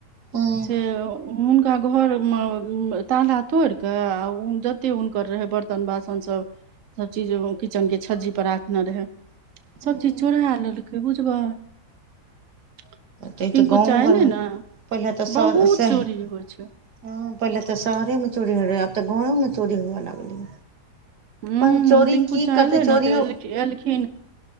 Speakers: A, on the right; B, on the right.
A: हूँ
B: जे हुनका घरमे ताला तोड़िकऽ आ जतेक हुनकर रहै बरतन बासन सब सभचीज किचनके छज्जीपर राखने रहै
A: हूँ
B: सभचीज चोरा लेलकै बुझबै पिंकु
A: तै तऽ गाँवो
B: चाअयलै
A: घरमे
B: ने
A: पहिले तऽ शहर
B: बहुत
A: सेह
B: चोरी होय छै
A: हँ पहिले तऽ शहरे मे चोरी होय रहै आब तऽ गांवो मे चोरी हुए लागलै
B: हूँ
A: पर चोरी
B: पिंकु
A: की
B: चा
A: करतै
B: एलै
A: चोरियो
B: ने त एल एलखिन